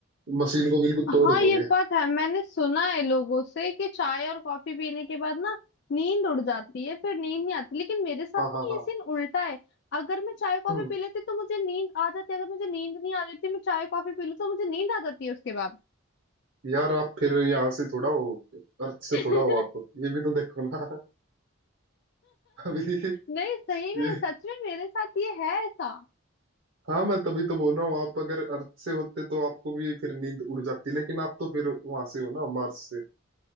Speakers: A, on the right; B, on the left.
A: मशीन को बिल्कुल
B: हाँ
A: तोड़ दोगे
B: ये बात है मैंने सुना है लोगों से कि चाय और कॉफी पीने के बाद ना नींद उड़ जाती है फिर नींद नहीं आती लेकिन मेरे साथ
A: हाँ
B: ना
A: हाँ हाँ
B: ये सीन उल्टा है अगर मैं चाय कॉफी
A: हम्म,
B: पी लेती तो मुझे नींद आ जाती अगर मुझे नींद नहीं आ रही थी मैं चाय कॉफी पी लूँ तो मुझे नींद आ जाती है उसके बाद
A: यार आप फिर यहाँ से थोड़ा हो अर्थ से
B: <laughs>
A: थोड़ा हो आप ये भी तो देखो ना <laughs> अभी
B: नहीं सही
A: ये
B: में सच में मेरे साथ ये है ऐसा
A: हाँ मैं तभी तो बोल रहा हूँ आप अगर अर्थ से होते तो आपको भी फिर नींद उड़ जाती लेकिन आप तो फिर वहां से हो ना मार्स से